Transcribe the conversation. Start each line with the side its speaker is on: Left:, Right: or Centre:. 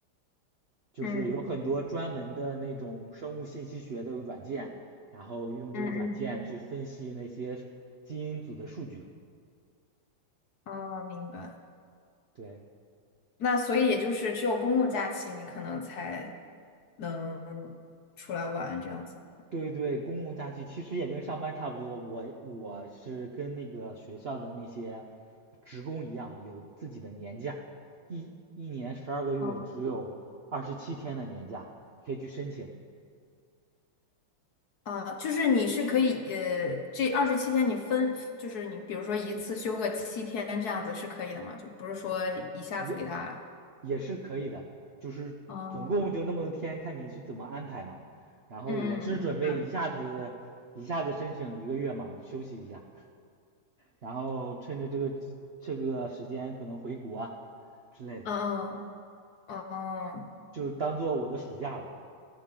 Right: 就是有很多专门的那种生物信息学的软件，
Left: 嗯
Right: 然后用这些软件去分析那些基因组的数据。
Left: 嗯嗯，哦，明白。
Right: 对
Left: 那所以也就是只有公共假期，你可能才能出来玩这样子。
Right: 对对，公共假期其实也跟上班差不多。我我是跟那个学校的那些职工一样，有自己的年假，一一年十二个月只有二十七天的年假，
Left: 哦，
Right: 可以去申请，
Left: 啊，就是你是可以，呃，这二十七天你分，就是你比如说一次休个七天这样子是可以的吗？就不是说一下子给他。
Right: 也也是可以的。就是总共就那么多天，
Left: 哦。
Right: 看你去怎么安排嘛。然后我是准备一下子一下子申请一个月嘛，
Left: 嗯嗯，明白。
Right: 休息一下，然后趁着这个这个时间可能回国之类的，
Left: 嗯嗯嗯
Right: 就当做我的暑假了。